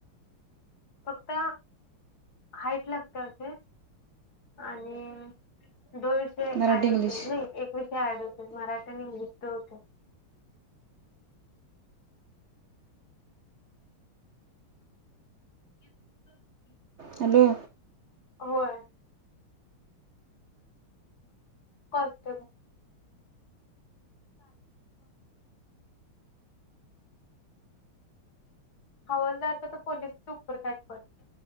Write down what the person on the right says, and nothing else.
मराठी
इंग्लिश
हॅलो